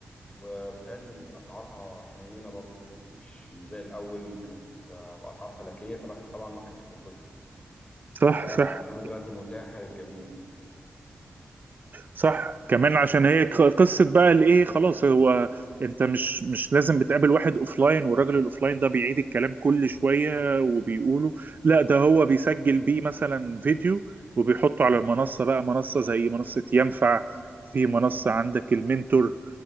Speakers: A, on the left (about 25°); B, on the right (about 45°).
A: وبالتالي أسعارها حنينة برضو يعني مش مش زي الأول كانت آه، بأسعار فلكية فالواحد طبعا ما كانش بياخدها
B: صح
A: آه،
B: صح
A: إنما دلوقتي متاحة للجميع يعني
B: صح كمان عشان هي ق- قصة بقى الايه خلاص هو انت مش مش لازم بتقابل واحد اوفلاين والراجل الاوفلاين ده بيعيد الكلام كل شوية وبيقوله لا ده هو بيسجل بيه مثلا فيديو وبيحطه على المنصة بقى منصة زي منصة ينفع في منصة عندك المنتور